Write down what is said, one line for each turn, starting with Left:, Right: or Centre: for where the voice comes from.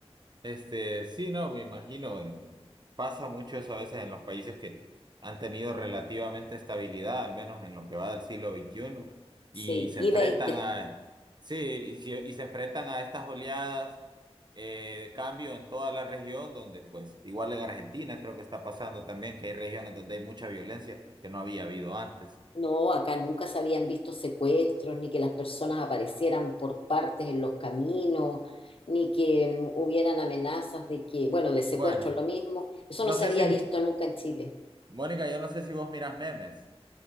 Right: Este, sí, no, me imagino de que pasa mucho eso a veces en los países que han tenido relativamente estabilidad, al menos en lo que va del siglo veintiuno,
Left: Sí,
Right: y se
Left: y
Right: enfrentan
Left: veinte
Right: a, sí, y, se y se enfrentan a estas oleadas eh, de cambio en toda la región, donde pues igual en Argentina creo que está pasando también que hay regiones donde hay mucha violencia que no había habido antes.
Left: No, acá nunca se habían visto secuestros, ni que las personas aparecieran por partes en los caminos, ni que mm, hubieran amenazas de que, bueno, de secuestro
Right: Bueno.
Left: lo mismo. Eso
Right: No
Left: no se
Right: sé
Left: había
Right: si,
Left: visto nunca en Chile.
Right: Mónica, yo no sé si vos miras memes.